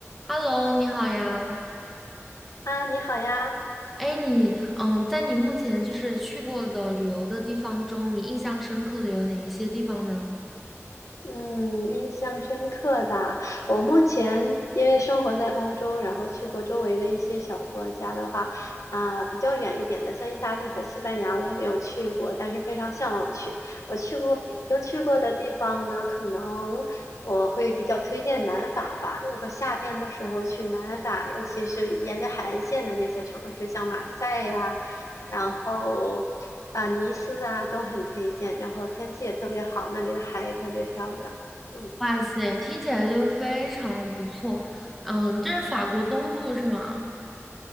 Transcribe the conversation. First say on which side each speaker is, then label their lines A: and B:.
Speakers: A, in the centre; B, on the left.
A: Hello，你好呀。
B: 啊，你好呀，
A: 哎，你嗯，在你目前就是去过的旅游的地方中，你印象深刻的有哪一些地方呢？
B: 嗯，印象深刻的，我目前因为生活在欧洲，然后去过周围的一些小国家的话，啊，比较远一点的，像意大利和西班牙，我没有去过，但是非常向往去。我去过，已经去过的地方呢，可能我会比较推荐南法吧。如果夏天的时候去南法，尤其是沿着海岸线的那些城市，像马赛呀。然后啊，尼斯啊都很推荐，然后天气也特别好，那里的海也特别漂亮。嗯，
A: 哇塞，听起来就非常不错。嗯，这是法国东部是吗？